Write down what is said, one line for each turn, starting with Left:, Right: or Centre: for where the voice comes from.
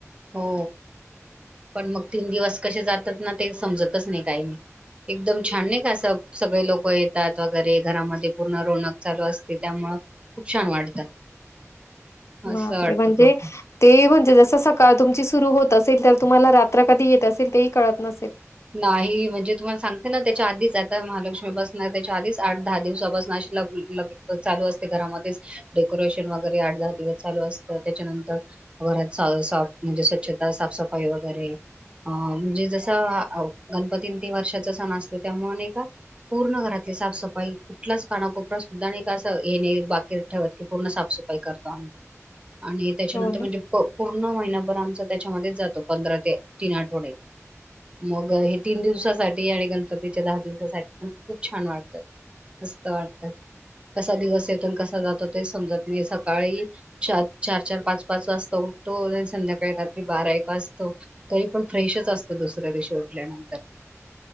Right: हो पण मग तीन दिवस कसे जातात ना ते समजतच नाही काही नाही एकदम छान नाही का असं सगळे लोकं येतात वगैरे घरामध्ये पूर्ण रोनक चालू असते त्यामुळं खूप छान वाटतं.
Left: बापरे
Right: असं वाटतं
Left: म्हणजे
Right: खूप.
Left: ते म्हणजे जस सकाळ तुमची सुरु होत असेल त तुम्हाला रात्र कधी येत असेल, तेही कळत नसेल.
Right: नाही म्हणजे तुम्हाला सांगते ना त्याच्या आधीच आता महालक्ष्मी बसणार त्याच्या आधीच आठ दहा दिवसा बसण अशी ल चालू असते घरामध्येच डेकोरेशन वगैरे आठ दहा दिवस चालू असतं त्याच्यानंतर घरात म्हणजे स्वच्छता साफसफाई वगैरे अ म्हणजे जस गणपती ते वर्षाचा सण असतो त्यामुळे नही का पूर्ण घरातली साफसफाई कुठलाच कानाकोपरा सुद्धा नाही का असं हे नाही बाकीत ठेवत की पूर्ण साफसफाई करतो आम्ही. आणि त्याच्यानंतर
Left: हो ना?
Right: म्हणजे प पूर्ण महिनाभर आमचा त्याच्यामध्येच जातो. पंधरा ते तीन आठवडे. मग हे तीन दिवसासाठी. आणि गणपतीच्या दहा दिवसासाठी. पण खूप छान वाटतं. मस्त वाटत, कसा दिवस येतो कसा जातो ते समजत नाही सकाळी चार चार चार पाच पाच वाजता उठतो, आणि संध्याकाळी रात्री बारा एक वाजतो, तरी पण फ्रेशच असतो दुसऱ्या दिशी. सोडल्यानंतर.